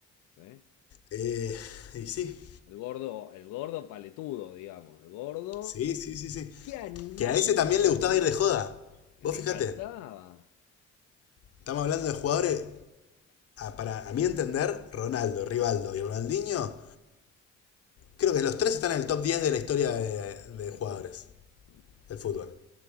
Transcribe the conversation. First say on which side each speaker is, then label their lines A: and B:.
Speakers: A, on the left; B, on the left.
A: ¿sí?
B: Eh, y sí.
A: El gordo, el gordo paletudo, digamos, el gordo.
B: Sí, sí, sí, sí.
A: ¡Qué animal,
B: Que a ese también
A: boludo!
B: le gustaba ir de joda.
A: Le
B: Vos fijate.
A: encantaba
B: Estamos hablando de jugadores, para a mi entender, Ronaldo, Rivaldo y Ronaldinho, creo que los tres están en el top 10 de la historia de, de
A: el
B: jugadores
A: fútbol. Mm,
B: del fútbol.
A: Sí,